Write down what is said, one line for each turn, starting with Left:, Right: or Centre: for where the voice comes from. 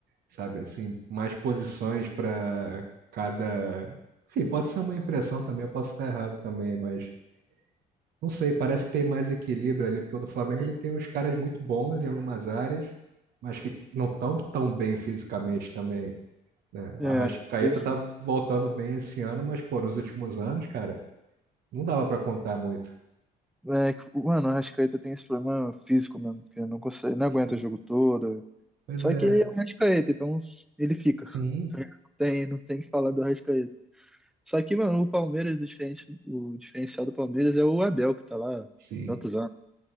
Right: sabe? Assim, mais posições para cada. Enfim, pode ser uma impressão também, eu posso estar errado também, mas não sei, parece que tem mais equilíbrio ali, porque o do Flamengo ele tem uns caras muito bons em algumas áreas, mas que não estão tão bem fisicamente também, né?
Centre: É,
Right: O Arrascaeta
Centre: pois
Right: tá
Centre: é.
Right: voltando bem esse ano, mas, pô, nos últimos anos, cara, não dava para contar muito.
Centre: É, que, mano, o Arrascaeta tem esse problema físico mesmo, porque não consegue, não
Right: Sim.
Centre: aguenta o jogo todo.
Right: Pois
Centre: Só
Right: é,
Centre: que ele é o Arrascaeta, então ele fica.
Right: sim,
Centre: Não tem, não tem que falar do Arrascaeta. Só que, mano, o Palmeiras, o diferenci- o diferencial do Palmeiras é o Abel, que tá lá há
Right: sim,
Centre: tantos anos.